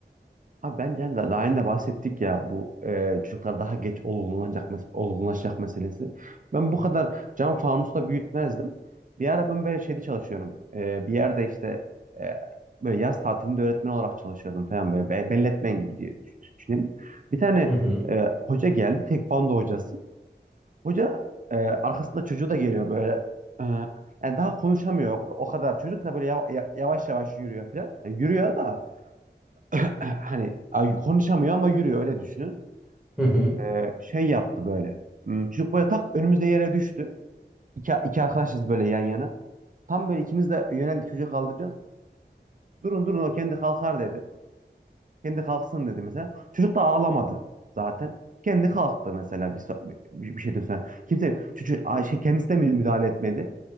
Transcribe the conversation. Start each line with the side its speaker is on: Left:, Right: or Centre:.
Right: Abi bence hani daha daha önce de bahsettik ya bu e, çocuklar daha geç olgunlanacak, mes- olgunlaşacak meselesi. Ben bu kadar cam fanusta büyütmezdim. Bir ara ben böyle şeyde çalışıyorum. E, bir yerde işte e, böyle yaz tatilinde öğretmen olarak çalışıyordum falan böyle. Be- Belletmen gibi diye düş- düşünelim. Bir tane
Centre: Hı hı.
Right: e, hoca geldi. Tekvando hocası. Hoca e, arkasında çocuğu da geliyor böyle. E, yani daha konuşamıyor o kadar. Çocuk da böyle yav- ya- yavaş yavaş yürüyor falan. Yani yürüyor da <clears throat> hani ay, konuşamıyor ama yürüyor öyle düşünün.
Centre: Hı hı.
Right: E, şey yaptı böyle. Hmm, Çocuk böyle tak önümüzde yere düştü. İki, iki arkadaşız böyle yan yana. Tam böyle ikimiz de yöneldik çocuğu kaldıracağız. Durun durun o kendi kalkar dedi. Kendi kalksın dedi mesela. Çocuk da ağlamadı zaten. Kendi kalktı mesela bir, so- bir, bir şeyden sonra. Kimse çocuk a- şey, kendisi de mü- müdahale etmedi.